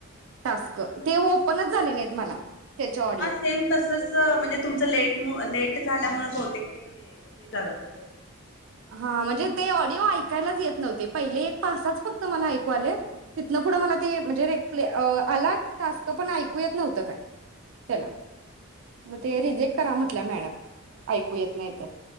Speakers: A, on the right; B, on the left.
A: टास्क ते ओपनच झाले नाहीत मला. त्याचे ऑडिओ
B: हा सेम तसचं म्हणजे तुमचं लेट म् लेट झाल्यामुळे बहतेक ते हे झालं असेल भवतेक
A: हा म्हणजे ते ऑडिओ ऐकायलाच येत नव्ह् ते पहिले एक पासाच फक्त मला ऐकू आले. तिथनं
B: हा
A: पुढं मला ते म्हणजे रे आला टास्क पण ऐकू येत नव्हतं‌ काय? त्याला मग ते रिजेक्ट करा म्हंटल्या मॅडम ऐकू येत नाही तर